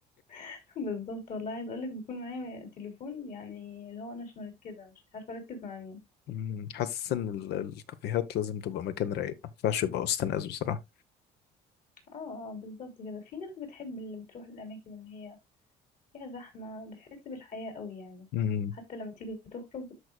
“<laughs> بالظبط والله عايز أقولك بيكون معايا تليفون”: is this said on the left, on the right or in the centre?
Left